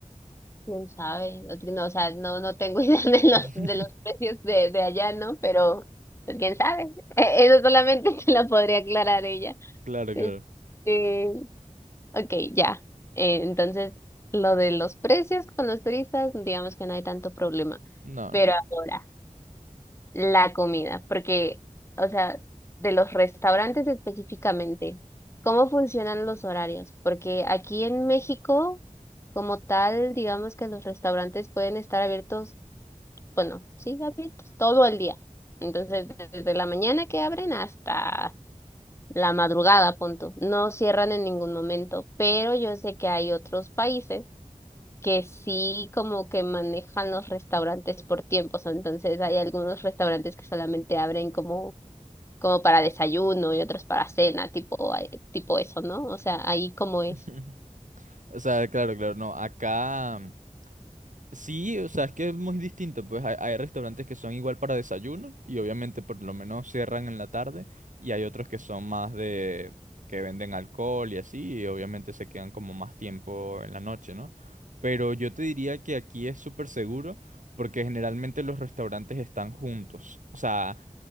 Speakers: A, on the left; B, on the right.
A: quién sabe, no, ti- no, o sea, no, no tengo <laughs> idea de los,
B: <laughs>
A: de los precios de, de allá, ¿no? Pero, pues, quién sabe, <laughs> Eh, eso solamente <laughs> te lo podría aclarar ella.
B: Claro, claro.
A: Este, ok, ya. Eh, entonces, lo de los precios con los turistas, digamos que no hay tanto problema.
B: No,
A: Pero
B: no.
A: ahora, la comida, porque, o sea, de los restaurantes específicamente, ¿cómo funcionan los horarios? Porque aquí en México, como tal, digamos que los restaurantes pueden estar abiertos, bueno, sí, abiertos todo el día. Entonces, desde la mañana que abren hasta la madrugada, punto. No cierran en ningún momento, pero yo sé que hay otros países que sí como que manejan los restaurantes por tiempos, entonces hay algunos restaurantes que solamente abren como como para desayuno y otros para cena, tipo eh, tipo eso, ¿no? O sea, ahí como es.
B: <laughs> O sea, claro, claro, no. Acá mm, sí, o sea, es que es muy distinto. Pues hay, hay restaurantes que son igual para desayuno y obviamente por lo menos cierran en la tarde y hay otros que son más de que venden alcohol y así y obviamente se quedan como más tiempo en la noche, ¿no? Pero yo te diría que aquí es súper seguro porque generalmente los restaurantes están juntos. O sea,